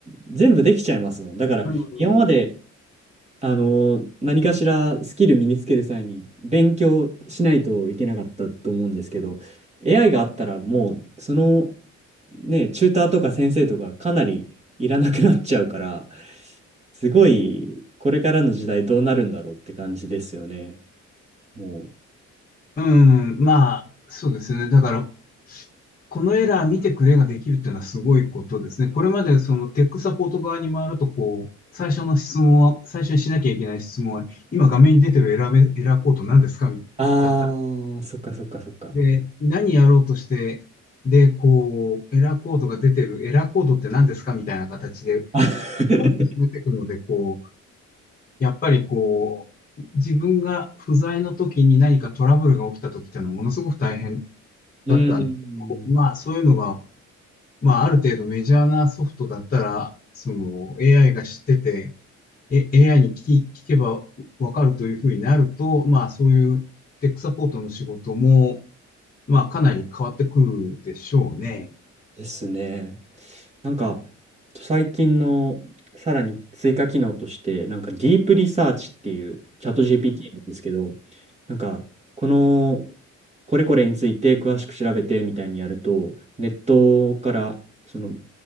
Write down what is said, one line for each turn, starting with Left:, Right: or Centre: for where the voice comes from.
Right: 全部できちゃいますもん。だから今まで
Left: うん、
Right: あの、何かしらスキル身につける際に勉強しないといけなかったと思うんですけど、AI があったらもう、その、ね、チューターとか先生とかかなりいらなくなっちゃうから、すごい、これからの時代どうなるんだろうって感じですよね。もう、
Left: うんまあ、そうですよね。だから、このエラー見てくれができるっていうのはすごいことですね。これまでそのテックサポート側に回ると、こう、最初の質問は、最初にしなきゃいけない質問は、今画面に出てるエラーメ、エラーコード何ですかみたいな
Right: あー、そっかそっかそっか。
Left: で、何やろうとして、で、こう、エラーコードが出てる、エラーコードって何ですかみたいな形で、
Right: <laughs>
Left: こう進めていくので、こう、やっぱりこう、自分が不在の時に何かトラブルが起きた時っていうのはものすごく大変
Right: うん。
Left: だったんですけど、まあそういうのが、まあある程度メジャーなソフトだったら、その AI が知ってて、え AI に聞き、聞けばわかるというふうになると、まあそういうテックサポートの仕事も、まあ、かなり変わってくるでしょうね。
Right: ですね。なんか、あと最近のさらに追加機能として、なんかディープリサーチっていうチャット GPT なんですけど、なんか、この、これこれについて詳しく調べてみたいにやると、ネットから、その、